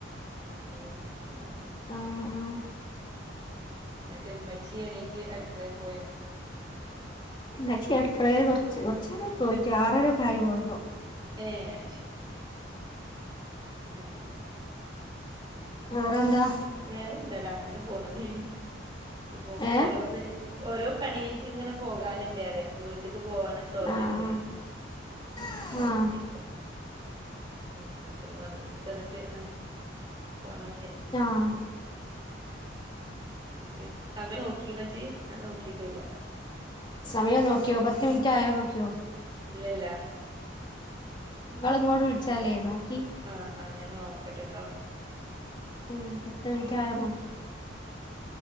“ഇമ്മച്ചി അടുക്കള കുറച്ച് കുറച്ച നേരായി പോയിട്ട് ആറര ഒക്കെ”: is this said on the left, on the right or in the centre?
Left